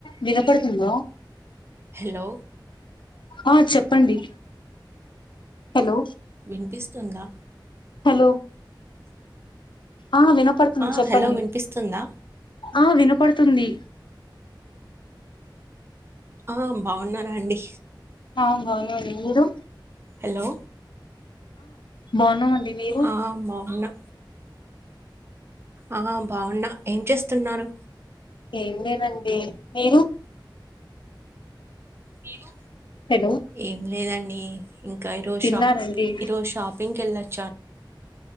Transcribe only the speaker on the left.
విలకడుతుంద
అ చెప్ప డి హలో
హలో ఆ వినపడుతుంది
చెప్పండి
ఆ వినపడుతుంది
ఆ బాగునడి మీరు
బాన్నామండి మీరు
ఏం లేదండి మీరు
హలో
తిన్నారండి